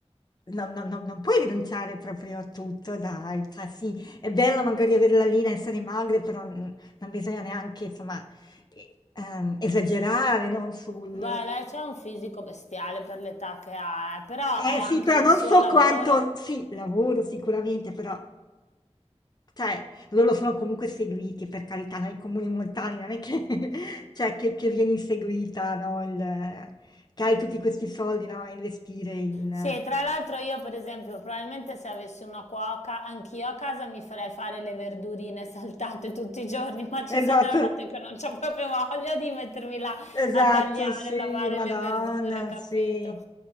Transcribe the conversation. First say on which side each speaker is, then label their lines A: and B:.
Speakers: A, on the left; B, on the left.
A: no- no- no- non puoi rinunciare proprio a tutto, dai. Cioè, sì, è bello magari avere la linea, essere magre, però... mm, non bisogna neanche, insomma, Ehm, esagerare, no, sul
B: Beh, lei c'ha un fisico bestiale per l'età che ha, eh, però è
A: eh
B: anche
A: sì, però
B: il
A: non
B: suo
A: so
B: lavoro.
A: quanto sì, lavoro sicuramente, però cioè loro sono comunque seguiti, per carità, noi comuni montani non è che <laughs> cioè che, che vieni inseguita, no, il, che hai tutti questi soldi, no, a investire in...
B: Sì, tra l'altro io per esempio, probabilmente se avessi una cuoca, anch'io a casa mi farei fare le verdurine saltate tutti i giorni, ma ci
A: Esatto,
B: sono delle volte che non c'ho proprio voglia di mettermi là
A: esatto,
B: a tagliare,
A: sì,
B: lavare
A: Madonna,
B: le verdure, capito?
A: sì.